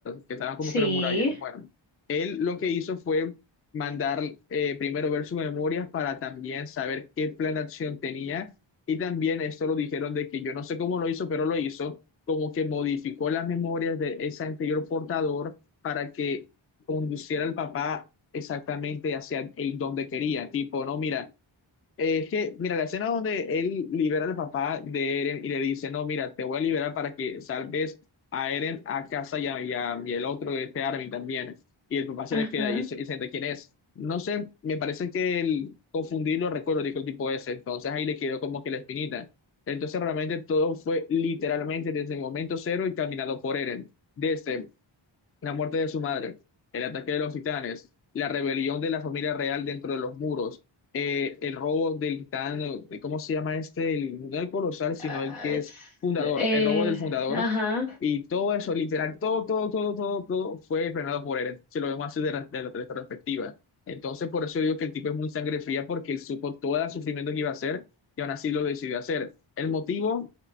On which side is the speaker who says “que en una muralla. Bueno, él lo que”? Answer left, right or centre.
Left